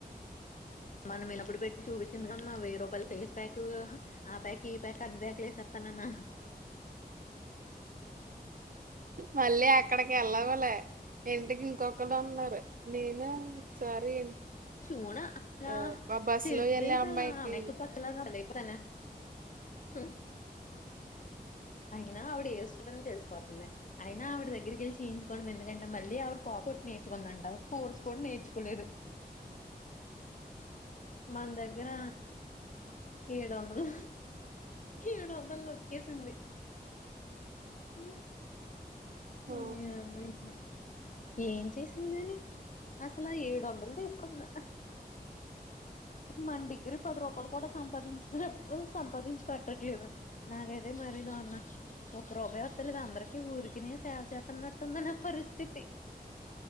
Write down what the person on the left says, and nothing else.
మనం వినప్పుడు పెట్టి చూపించింది కమ్మా వెయ్యి రూపాయల ఫేస్ ప్యాక్ ఆ ప్యాక్ ఈ ప్యాక్ అన్ని ప్యాకులేసేస్తానన్న
చూనా అక్క
తెలుసు
తెలుసా
ఆమయక పక్కలాగ బలై తనా హు అయినా ఆవిడ ఏజ్ లోనే తెలిసిపోతుందే అయినా ఆవిడ దగ్గరికెళ్లి చెఇంచుకోవడం ఎందుకంటే మళ్ళీ ఆవిడ కాఫుట్ ర్చుకుందంట కోర్స్ కూడా నేర్చుకోలేదు మన దగ్గర ఏడు వందలు ఏడు వందలు నొక్కేసింది హమ్
ఏమో ఇక ఏం చేసిందని అసలు ఆ ఏడు వందలు తీసుకుంది మన డిగ్రీ పది రూపాయలు కూడా సంపాదించినప్పుడు సంపాదించి పెట్టట్లేదు నాకైతే మరీ దారుణం ఒక రూపాయి వస్తలేదు అందరికి ఊరికినే సేవచేస్తునట్టు ఉంది నా పరిస్థితి